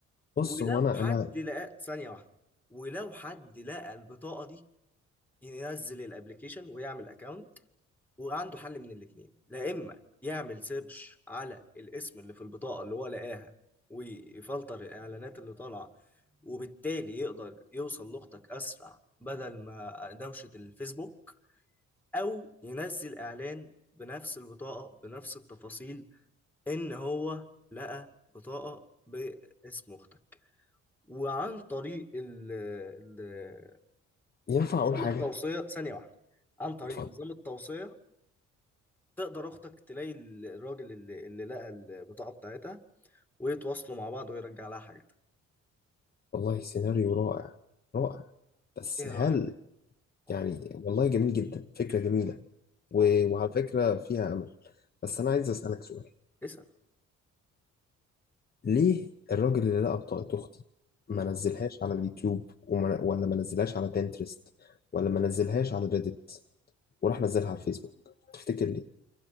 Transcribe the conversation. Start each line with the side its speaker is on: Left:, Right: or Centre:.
Left: بص
Centre: ولو
Left: هو انا
Centre: حد
Left: انا
Centre: لقى ثانية واحدة ولو حد لقى البطاقة دي ينزل الابليكيشن ويعمل أكونت وعنده حل من الاثنين لا اما يعمل سيرش على الاسم اللي في البطاقه اللي هو لقاها ويفلتر الاعلانات اللي طالعه وبالتالي يقدر يوصل لاختك اسرع بدل ما دوشه الفيسبوك او ينزل اعلان بنفس البطاقه بنفس التفاصيل ان هو لقى بطاقه باسم اختك وعن طريق ال ال-
Left: ينفع أقول
Centre: نظام
Left: حاجة؟
Centre: التوصيه ثانيه واحده عن طريق
Left: اتفضل
Centre: نظام التوصيه تقدر اختك تلاقي الراجل اللي, اللي لقى البطاقه بتاعتها ويتواصلوا مع بعض ويرجع لها حاجتها
Left: والله سيناريو رائع رائع بس
Centre: ايه
Left: هل
Centre: رايك اه
Left: يعني والله جميل جدا فكرة جميلة و...
Centre: اه
Left: وعلى فكرة فيها أمل بس أنا عايز أسألك سؤال
Centre: اسال
Left: ليه الراجل اللي لقى بطاقة أختي ما
Centre: امم
Left: نزلهاش على اليوتيوب وما... ولا ما نزلهاش على بنترست ولا ما نزلهاش على ريدت وراح نزلها على الفيسبوك تفتكر ليه؟